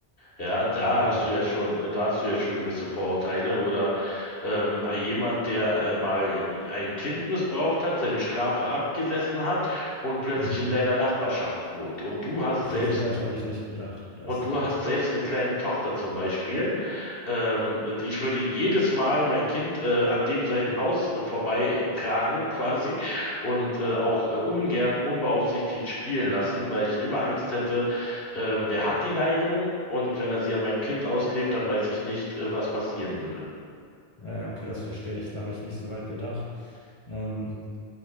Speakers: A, on the left; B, on the left.
A: Ja, da
B: Ja,
A: hast
B: gut.
A: du ja schon, da hast du ja schon gewisse Vorurteile oder ähm, äh, jemand, der äh, mal ein Kind missbraucht hat, seine Strafe abgesessen hat und plötzlich
B: Mhm.
A: in deiner Nachbarschaft wohnt. Und du hast
B: Okay,
A: selbst
B: so weit habe ich nicht gedacht. Da
A: Und
B: hast
A: du
B: du recht.
A: hast selbst eine kleine Tochter zum Beispiel. Ähm, ich würde jedes Mal mein Kind äh, an dem sein Haus äh, vorbeitragen <laughs> quasi und äh, auch äh, ungern unbeaufsichtigt spielen lassen, weil ich immer Angst hätte, ähm, der hat die Neigung und wenn er sie an meinem Kind auslebt, dann weiß ich nicht, äh, was passieren würde.
B: Ja, ja, okay, das verstehe ich. Da habe ich nicht so weit gedacht. Ähm,